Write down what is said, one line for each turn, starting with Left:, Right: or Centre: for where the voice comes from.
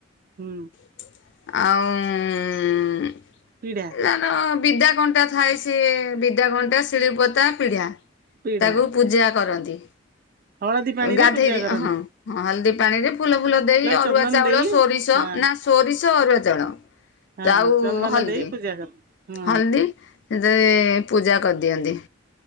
Right: ହୁଁ।
Left: ଆଉ
Right: ପୀଡ଼ା।
Left: ନା ନ ବିଦ୍ୟା କଣ୍ଟା ଥାଏ ସେ ବିଦା କଣ୍ଟା ଶିଳା ପତା ପିଢା।
Right: ପିଢା
Left: ତାକୁ ପୂଜା କରନ୍ତି।
Right: ହଳଦୀ
Left: ଗାଧେଇ
Right: ପାଣି ରେ ପୂଜା
Left: ଦି
Right: କରନ୍ତି।
Left: ହଁ ହଁ ହଳଦୀ ପାଣିରେ ଫୁଲ ଫୁଲ ଦେଇ ଅରୁଆ
Right: ଚନ୍ଦନ
Left: ଚାଉଳ
Right: ଦେଇ
Left: ସୋରିଷ
Right: ହଁ
Left: ନା ସୋରିଷ ଅରୁଆ ଚାଉଳ।
Right: ହଁ
Left: ଆଉ
Right: ଚନ୍ଦନ
Left: ହଳଦୀ
Right: ଦେଇ ପୂଜା କରନ୍ତି। ହଁ
Left: ହଳଦୀ। ସେତେରେ ପୂଜା କରିଦିଅନ୍ତି।